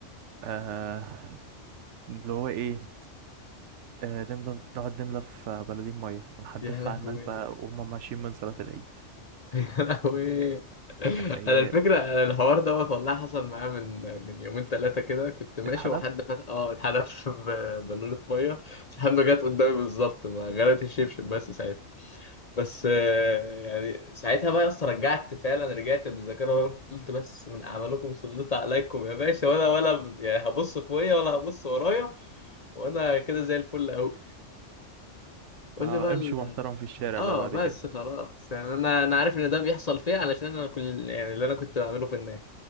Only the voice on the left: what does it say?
يا لهوي
يا لهوي
انا الفكره أنا الحوار دوت والله حصل معايا من من يومين ثلاثه كده كنت ماشي
وحد فات اه اتحدف <laughs> ب- بالونه ميه بس الحمد لله جت قدامي بالظبط ما غرقت الشبشب بس بس آه، يعني ساعتها بقى يا اسطى رجعت فعلا رجعت بالذاكره ورا، قلت بس من اعمالكم سلط عليكم يا باشا ولا ولا يعني هبص فوقيا ولا هبص ورايا وانا كده زي الفل قوي قول
لي بقى ال-
اه
بس
خلاص يعني انا انا عارف ان ده بيحصل فيا علشان انا كل يعني اللي انا كنت بعمله في الناس